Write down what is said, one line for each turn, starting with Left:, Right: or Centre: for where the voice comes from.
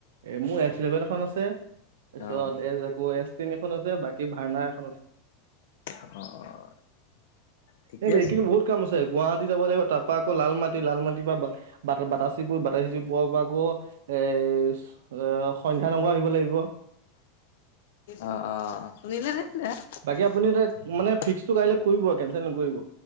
Right: এ মোৰ এছ ইলেভেন এখন আছে তাৰপিছত
Left: অ
Right: এ আকৌ এছ টেন এখন আছে বাকী ভাৰ্না এখন আছে।
Left: অ', অ', ঠিকেই
Right: এই
Left: আছে।
Right: এইখিনি বহুত কাম আছে গুৱাহাটী যাব লাগিব তাৰ পৰা আকৌ লাল মাটি লাল মাটিৰ পৰা বা-বাট-বাটাচীপুৰ বাটাচীপুৰৰ পৰা আকৌ এ <unintelligible> সন্ধ্যা নামঘৰ আহিব লাগিব
Left: অ', অ', <unintelligible>
Right: বাকী আপুনি এতিয়া মানে ফিক্সটো কাইলে কৰিব কেনচেল নকৰিব।